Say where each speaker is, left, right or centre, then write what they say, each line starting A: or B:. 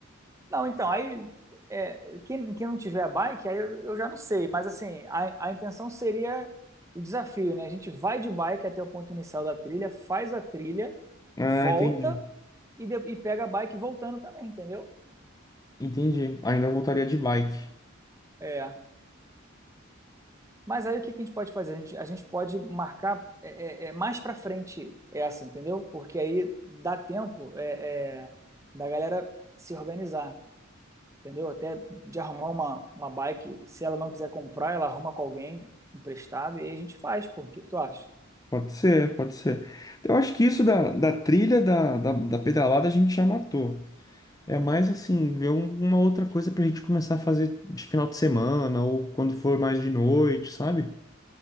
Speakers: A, on the right; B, on the left.
A: Não, então, aí é, quem, quem não tiver bike, aí eu, eu já não sei, mas assim, a, a intenção seria o desafio, né? A gente vai de bike até o ponto inicial da trilha, faz a trilha,
B: Ah,
A: volta
B: entendi.
A: e, de- e pega a bike voltando também, entendeu?
B: Entendi. Ainda voltaria de bike.
A: É. Mas aí o que que a gente pode fazer? A gente, a gente pode marcar é, é, é, mais para frente essa, entendeu? Porque aí dá tempo é, é, da galera se organizar, entendeu? Até de arrumar uma, uma bike. Se ela não quiser comprar, ela arruma com alguém emprestado e aí a gente faz, pô. O que que tu acha?
B: Pode ser, pode ser. Eu acho que isso da, da trilha, da, da, da pedalada, a gente já matou. É mais assim, ver um- uma outra coisa pra gente começar a fazer de final de semana ou quando for mais de noite, sabe?